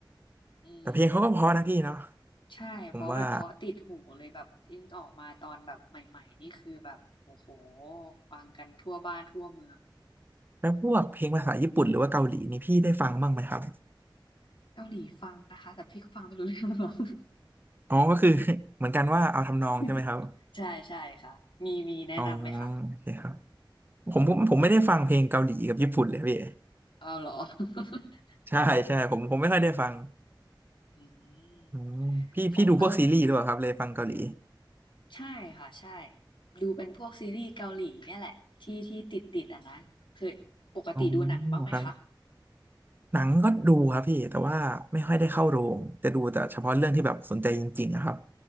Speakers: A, on the left (about 75°); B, on the right (about 25°).
A: อืม
B: แต่เพลงเขาก็เพราะนะพี่เนาะ
A: ใช่เพราะแบบเพราะติดหูเลยแบบยิ่งออกมาตอนแบบใหม่ๆนี่คือแบบโอ้โห
B: ผมว่า
A: ฟังกันทั่วบ้านทั่วเมือง
B: แล้วพวกเพลงภาษาญี่ปุ่นหรือว่าเกาหลีนี่พี่ได้ฟังบ้างไหมครับ
A: เกาหลีฟังนะคะแต่พี่ก็ฟังไม่รู้เรื่องหรอก
B: อ๋อก็คือ <laughs> เหมือนกันว่าเอาทำนองใช่ไหมครับ
A: <laughs> ใช่ใช่ค่ะมีมีแนะนำไหมคะ
B: อ๋อโอเคครับผมผมผมไม่ได้ฟังเพลงเกาหลีกับญี่ปุ่นเลยพี่
A: เอาเหรอ <laughs>
B: ใช่ใช่ผมผมไม่ค่อยได้ฟัง
A: อืม
B: อืมพี่พี่ดูพวกซีรีส์ด้วยครับเลยฟังเกาหลี
A: ของเกาใช่ค่ะใช่ดูเป็นพวกซีรีส์เกาหลีเนี่ยแหละที่ที่ติดติดอ่ะนะเคยปกติดูหนังบ้างไหมคะ
B: อ๋อครับหนังก็ดูครับพี่แต่ว่าไม่ค่อยได้เข้าโรงจะดูแต่เฉพาะเรื่องที่แบบสนใจจริงๆอะครับ